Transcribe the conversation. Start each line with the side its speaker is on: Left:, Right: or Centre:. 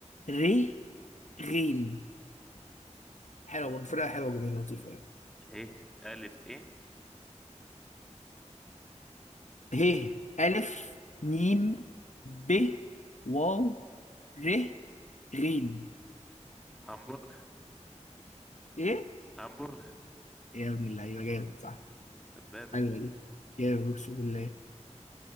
Left: ر غين حلوة برضه فرقة حلوة وجميلة لطيفة يعني
Centre: ايه ألف ايه
Left: ه ألف ميم ب واو ر غين
Centre: هامبورغ
Left: ايه
Centre: هامبورغ
Left: يا ابن اللعيبة جامد صح
Centre: دبابة
Left: حلوة دي جامد أقسم بالله